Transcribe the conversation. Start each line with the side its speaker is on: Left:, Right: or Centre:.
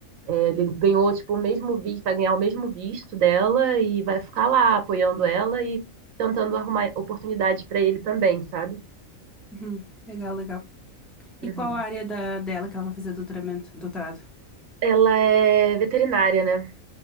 Right: É, ele ganhou, tipo, o mesmo visto, vai ganhar o mesmo visto dela e vai ficar lá apoiando ela e tentando arrumar oportunidades pra ele também, sabe?
Centre: Uhum. Legal, legal. E
Right: Uhum.
Centre: qual a área da... dela que ela vai fazer doutoramento, doutorado?
Right: Ela é veterinária, né?